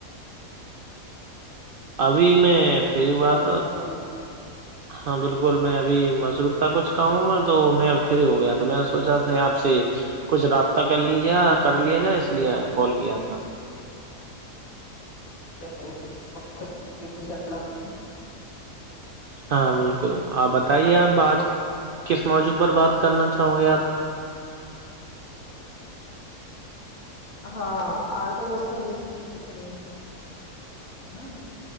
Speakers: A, on the left; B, on the right.
A: <unintelligible> <unintelligible>
B: ابھی میں
A: ہو
B: فی
A: اچھا
B: ہوا
A: ماشاء
B: تو
A: <unintelligible>
B: ہاں بالکل میں ابھی مصروف تھا کچھ کاموں میں تو میں اب فری ہو گیا تو میں نے سوچا تھا آپ سے کچھ رابطہ کر لیجے کر لیا جائے اس لیے کال کیا تھا
A: <unintelligible>
B: ہاں بالکل آپ بتائیے آپ آج کس موجوع پر بات کرنا چاہو گے آپ
A: ہاں آج تو بس ہم کریں گے ہے نا